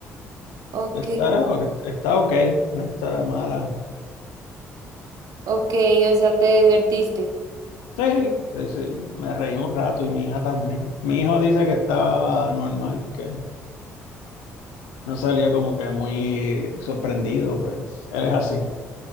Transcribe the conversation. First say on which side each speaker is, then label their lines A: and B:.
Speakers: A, on the right (about 50°); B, on the left (about 70°).
A: Ok,
B: Está, está ok, no está mala.
A: ok, o sea, te divertiste.
B: Sí, sí, sí, me reí un rato y mi hija también. Mi hijo dice que estaba normal, que No salió como que muy sorprendido, pero él es así.